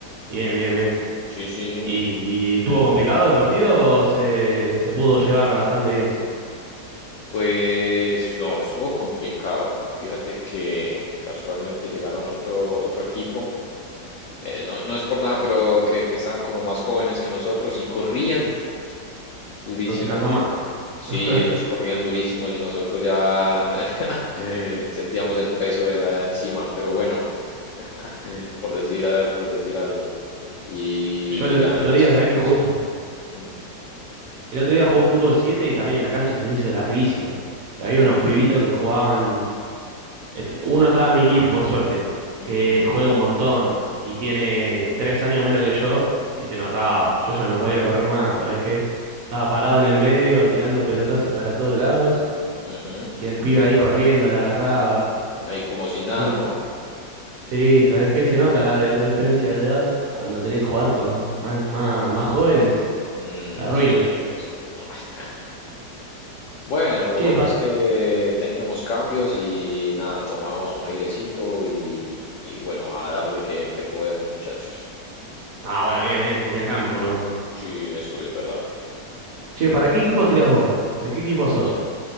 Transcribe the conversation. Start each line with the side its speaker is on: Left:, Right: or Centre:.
Right: Bien, bien, bien.
Left: Sí, sí, sí.
Right: ¿Y estuvo complicado el partido o se, se pudo llevar bastante bien?
Left: Pues no, estuvo complicado. Fíjate que casualmente llegaron otro, otro equipo. Eh, no, no es por nada, pero que, que estaban como más jóvenes que nosotros y corrían durísimo.
Right: No se cansa más.
Left: Sí,
Right: <laughs>
Left: ellos corrían durísimos y nosotros ya <laughs> eh, sentíamos el peso de la encima, pero bueno, <laughs> por decir, eh, por decir algo. Y
Right: Yo el
Left: ya
Right: otro
Left: en ese
Right: día,
Left: sentido
Right: ¿sabés que jugué
Left: sí.
Right: un, fu-
Left: Mm.
Right: el otro día jugué un fútbol 7 y también la cancha se me hizo larguísima. Y había
Left: Uf.
Right: unos pibitos que jugaban Este, Uno estaba en mi equipo, por suerte,
Left: Ujú,
Right: que juega un montón y tiene tres años menos que yo y se notaba. Yo ya no podía correr más, ¿sabes qué? Estaba parado en el medio tirando pelotazos para todos lados
Left: ujú.
Right: y el pibe ahí corriendo, la agarraba.
Left: Y como si nada,
Right: Sí,
Left: ¿no?
Right: sí, ¿sabes qué? Se nota la, la diferencia de edad cuando tenés que jugar con más, más, más jóvenes.
Left: Mm,
Right: Te arruinan.
Left: sí, eso no. <laughs> Bueno, lo
Right: Che,
Left: bueno
Right: pa...
Left: es que teníamos cambios y nada, tomamos un airecito y, y bueno, a darle que, que podemos, muchachos.
Right: Ah, bueno, bien, bien, tenían cambio por lo menos.
Left: Sí, eso es verdad.
Right: Che, ¿para qué equipo tirás vos? ¿De qué equipo sos?